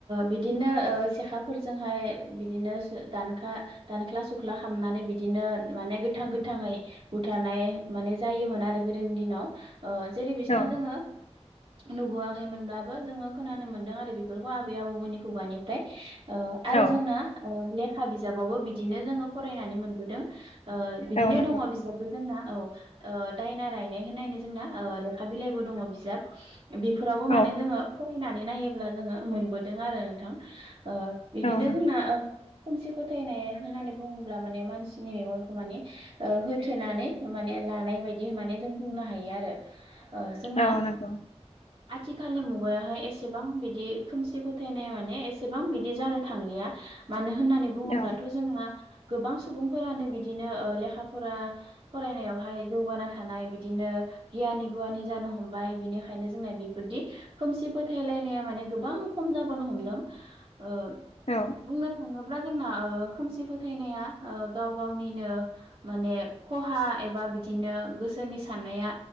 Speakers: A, on the right; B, on the left.
A: बिदिनो ओ सेखाफोरजोंहाय बिदिनो सो दानखा दानख्ला सुख्ला खालामनानै बिदिनो माने गोथां गोथाङै बुथारनाय माने जायोमोन आरो गोदोनि दिनाव ओ जेरै बिसिना
B: औ
A: जोङो नुबोयाखैमोनब्लाबो जोङो खोनानो मोनदों आरो बेफोरखौ आबै आबौमोननि खुगानिफ्राय। ओ
B: औ
A: आरो जोंना ओ लेखा बिजाबावबो बिदिनो जोङो फरायनानै मोनबोदों। ओ बिदिनो
B: औ नंगौ
A: दङ बिजाबबो जोंना औ ओ दायना रायनाय होननायनै जोंना ओ लेखा बिलाइबो दङ बिजाब। बेफोरावबो माने
B: औ
A: जोङो फरायनानै नायोब्ला जोङो मोनबोदों आरो नोंथां। ओ बिदिनो
B: औ नंगौ
A: जोंना खोमसि फोथायनाय होननानै बुङोब्ला माने मानसिनि मेगनखौ माने होथेनानै माने लानाय बायदि माने जों बुंनो हायो आरो ओ जोंना
B: औ नोंगौ।
A: आथिखालनि मुगायावहाय एसेबां बिदि खोमसि फोथायनाय माने एसेबां बिदि जानो थांलिया। मानो होननानै बुङोब्ला
B: औ
A: जोंहा गोबां सुबुंफोरानो बिदिनो ओ लेखा फरा फरायनायावहाय जौगाना थाना य बिदिनो गियानि गुवानि जानो हमबाय बिनिखायनो जोंना बेफोरदि खोमसि फोथायलायना या माने गोबां खम जाबोनो हमदों ओ
B: औ
A: बुंनो थाङोब्ला जोंना ओ खोमसि फोथायनाया ओ गाव गावनिनो माने खहा एबा बिदिनो गोस सोनि साननाया